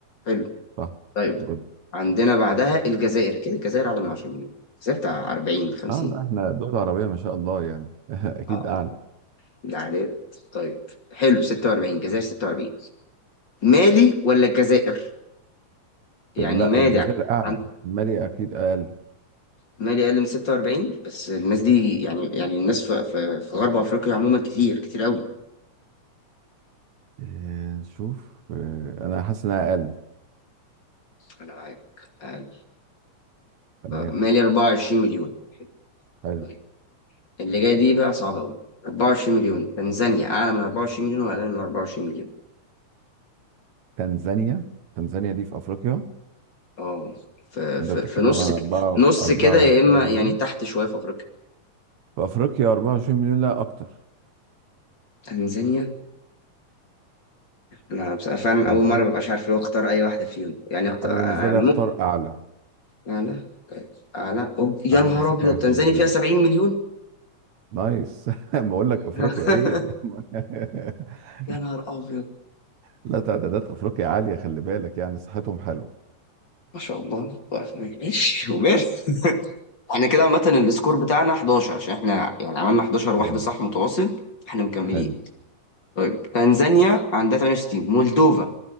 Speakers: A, on the left; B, on the right.
A: حلو
B: صح
A: طيب
B: جد
A: عندنا بعدها الجزائر اكيد الجزائر اعلى من 10 مليون الجزائر بتاع 40 50
B: اه لا احنا دول عربية ما شاء الله يعني <laughs> اكيد
A: اه
B: اعلى
A: لا العداد طيب حلو 46 الجزائر 46 مالي ولا الجزائر يعني
B: لا
A: مالي
B: الجزائر اعلى
A: عن
B: مالي اكيد اقل
A: مالي اقل من 46 بس الناس دي يعني يعني الناس في في في غرب افريقيا عموما كتير كتير قوي
B: آه نشوف آه انا حاسس انها اقل
A: انا معاك تعال.
B: تمام
A: مالي 24 مليون
B: حلو
A: طيب. اللي جاي دي بقى صعبة أوي 24 مليون تنزانيا أعلى من 24 مليون ولا أقل من 24 مليون؟
B: تنزانيا تنزانيا دي في افريقيا
A: أه في
B: وانت
A: في
B: بتتكلم
A: في نص
B: عن
A: ك-
B: 4
A: نص
B: 24
A: كده يا إما
B: مليون
A: يعني تحت شوية في أفريقيا
B: في افريقيا 24 مليون لا اكتر
A: تنزانيا أنا بصراحة فعلا
B: تنزانيا
A: أول مرة مبقاش عارف لو أختار أي واحدة فيهم يعني أختار
B: انا بالنسبه
A: أعلى
B: لي اختار اعلى
A: أعلى طيب. أعلى أوب. يا
B: اعلى
A: نهار
B: من 26
A: أبيض تنزانيا
B: مليون
A: فيها 70 مليون
B: نايس <laughs> بقول لك افريقيا
A: <laughs>
B: ايه <laughs>
A: يا نهار أبيض
B: لا تعدادات افريقيا عاليه خلي بالك يعني صحتهم حلوه
A: ما شاء الله طيب، ماشي وماله احنا كده عامة السكور بتاعنا 11 عشان احنا يعني عملنا 11
B: حلو
A: واحدة صح متواصل احنا مكملين
B: حلو
A: طيب تنزانيا عندها 68 مولدوفا